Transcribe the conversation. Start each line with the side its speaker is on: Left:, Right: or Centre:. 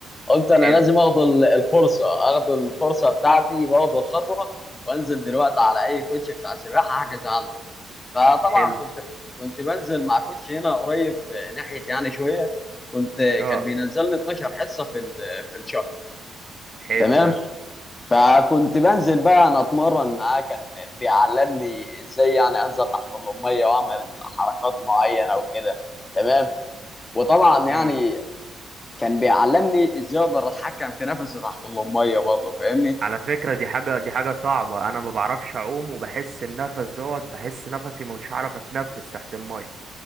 Left: قلت انا
Right: حلو
Left: لازم اخد ال- الفرصه اخد الفرصه بتاعتي واخد الخطوه وانزل دلوقتي على اي كوتش بتاع سباحه احجز عنده فطبعا
Right: حلو
Left: كنت كنت بنزل مع كوتش هنا قريب ناحيه يعني شويه كنت
Right: اه
Left: كان بينزلني 12 حصه في ال- في الشهر
Right: حلو
Left: تمام
Right: ده
Left: فكنت بنزل بقى انا اتمرن معاه كان بيعلمني ازاي يعني انزل تحت الاميه واعمل حركات معينه وكده تمام وطبعا
Right: امم
Left: يعني كان بيعلمني ازاي اقدر اتحكم في نفسي تحت الاميه برضه فاهمني
Right: على فكرة دي حاجة دي حاجة صعبة انا ما بعرفش اعوم وبحس النفس دوت بحس نفسي مش هعرف اتنفس تحت المية